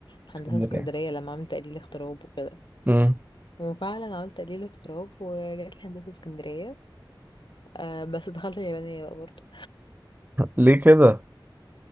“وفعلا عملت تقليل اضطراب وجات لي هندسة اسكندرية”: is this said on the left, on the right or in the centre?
Left